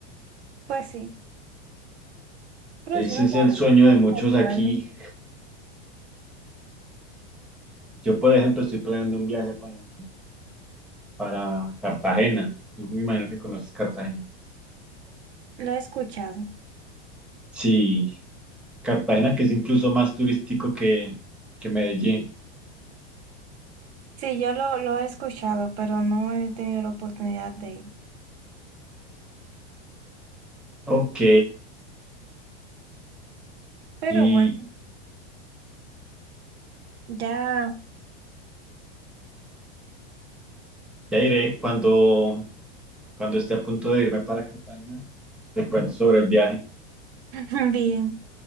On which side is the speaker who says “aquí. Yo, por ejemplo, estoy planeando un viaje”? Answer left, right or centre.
Centre